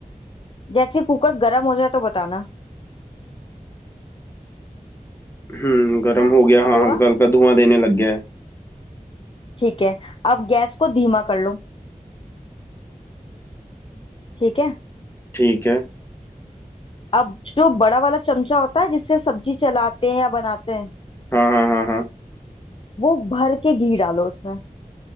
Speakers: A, on the left; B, on the left.
A: जैसे ही कुकर गर्म हो जाए तो बताना
B: हम्म गर्म हो गया हाँ
A: हुआ
B: हल्का हल्का धुआं देने लग गया है
A: ठीक है अब गैस को धीमा कर लो ठीक है
B: ठीक है
A: अब जो बड़ा वाला चमचा होता है जिससे सब्जी चलाते हैं या बनाते हैं
B: हाँ हाँ हाँ हाँ
A: वो भर के घी डालो उसमें